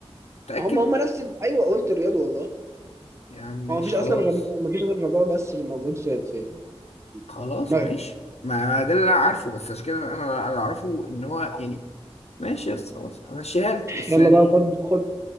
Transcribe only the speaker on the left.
متأكد
يا عم ماشي
خلاص
خلاص
ماشي ما ده اللي انا عارفه بس عشان كده انا اللي اعرفه ان هو يعني ماشي يا اسطى خلاص همشيها لك بس
يعني